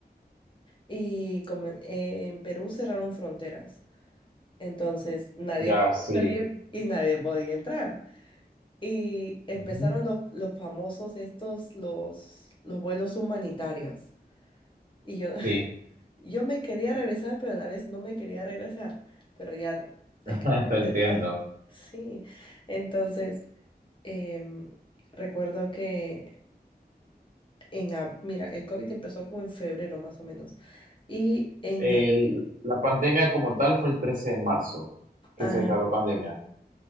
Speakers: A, on the left; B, on the right.
A: Y come- en Perú cerraron fronteras, entonces nadie
B: ya
A: podía
B: sí.
A: salir y nadie podía entrar. Y empezaron
B: Ujú,
A: los, los famosos estos, los, los vuelos humanitarios. Y yo, <laughs>
B: Sí,
A: yo me quería regresar, pero a la vez no me quería regresar. Pero ya es
B: <laughs>
A: que no me
B: te entiendo.
A: quedaba. <laughs> Sí. Entonces, em, recuerdo que en... ab- Mira, el COVID empezó como en febrero más o menos. Y en,
B: El- la pandemia como tal fue el 13 de marzo que
A: ajá,
B: se declaró pandemia.